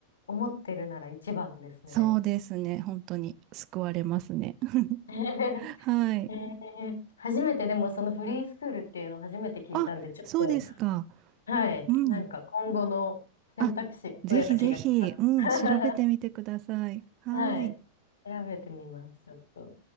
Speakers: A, on the left; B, on the right.
A: 思ってるなら一番ですね。
B: そうですね。本当に救われますね。<laughs>
A: <laughs> えー初めてでもそのフリースクールっていうのを初めて聞いたんで、
B: はい。あ、
A: ちょっと、
B: そうですか。
A: はい、
B: うん。
A: なんか今後の選択肢が増えた気がします。
B: あ、ぜひぜひ、うん、
A: <laughs>
B: 調べてみてください。はい。
A: はい。調べてみます、ちょっと。